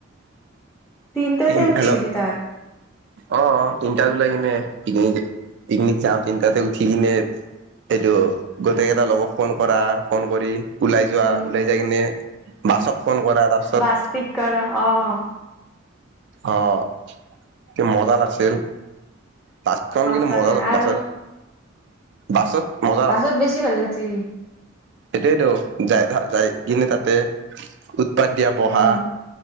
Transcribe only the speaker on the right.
তিন
হেল্ল'
অ- অ তিনিটাত উলাইকিনে পিকনিক- -পিকনিক যাম তিনিটাতে উঠি কিনে এইটো, গোটেইকেইটা
লগক ফোন কৰা। ফোন কৰি। ওলাই যোৱা,
ওলাই যাই কিনে বাছক ফোন কৰা তাৰপিছত,
অ ', তে মজা লাগছিল। বাছখন
কিন্তু মজা,
বাছত, বাছত, মজা
সটোৱেইতো যাই, যাই কিনে তাতে, উৎপাদ দিয়া বহা।